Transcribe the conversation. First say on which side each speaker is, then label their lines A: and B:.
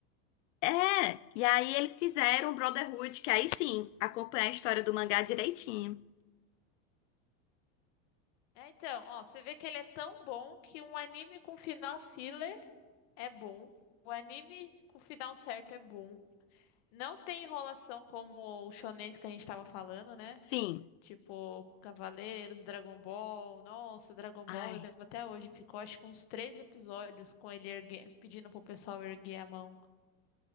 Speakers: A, on the left; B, on the left.
A: é. E aí eles fizeram o Brotherhood, que aí sim, acompanha a história do mangá direitinho.
B: É, então, ó, você vê que ele é tão bom que um anime com final filler é bom. O anime com final certo é bom. Não tem enrolação como o shonens que a gente tava falando, né?
A: Sim.
B: Tipo, Cavaleiros, Dragon Ball. Nossa, Dragon
A: Ai.
B: Ball, eu lembro até hoje. Ficou acho que uns três episódios com ele ergue... pedindo pro pessoal erguer a mão.